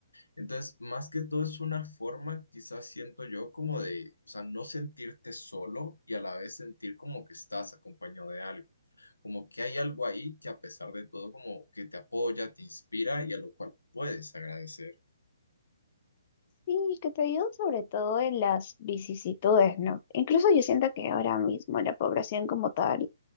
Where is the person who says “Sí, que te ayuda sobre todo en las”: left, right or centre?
Left